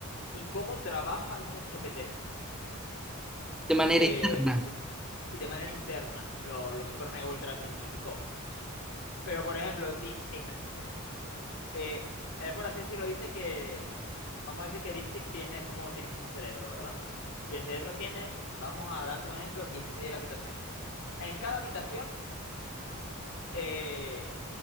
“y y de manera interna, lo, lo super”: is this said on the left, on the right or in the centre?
Left